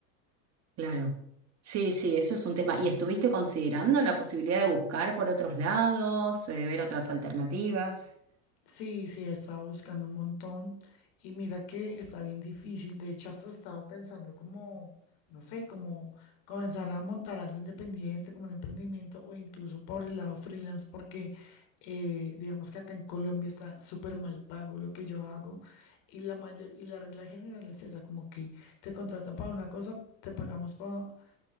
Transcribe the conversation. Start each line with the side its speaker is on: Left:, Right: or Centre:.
Right: Claro. Sí, sí, eso es un tema. ¿Y estuviste considerando la posibilidad de buscar por otros lados, eh, ver otras alternativas?
Left: Sí, sí, he estado buscando un montón y mira que está bien difícil. De hecho, hasta he estado pensando como, no sé, como comenzar a montar algo independiente, como un emprendimiento o incluso por el lado freelance, porque eh, digamos que acá en Colombia está súper mal pago lo que yo hago y la mayor y la regla general es esa, como que te contratan para una cosa, te pagamos pa-